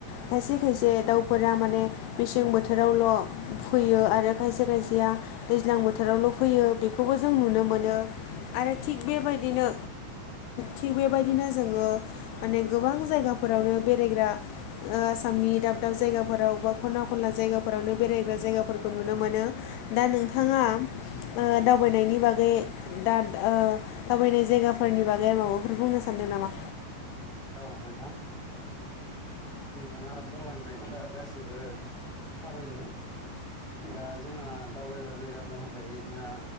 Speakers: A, on the left; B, in the centre.
A: खायसे खायसे दाउफोरा माने मेसें बोथोरावल' फैयो आरो आरो खायसे खायसेया दैज्लां बोथोरावल' फैयो बेखौबो जों नुनो मोनो आरो थिग बेबायदिनो थिग बेबायदिनो जोङो माने गोबां जायगाफोरावनो बेरायग्रा ओ आसामनि दाब दाब जायगाफोराव बा खना खनला जायगाफोरावनो बेरायग्रा जायगाफोरखौ नुनो मोनो दा नोंथाङा ओ दावबायनायनि बागै दा ओ दावबायनाय जायगाफोरनि बागै आरो माबाफोर बुंनो सानदों नामा?
B: औ नोंथां नोंथाङा बुंलांनायफ्रा गासैबो थारैनो दा जोंहा दावबायग्रा जायगा महरै जोंहा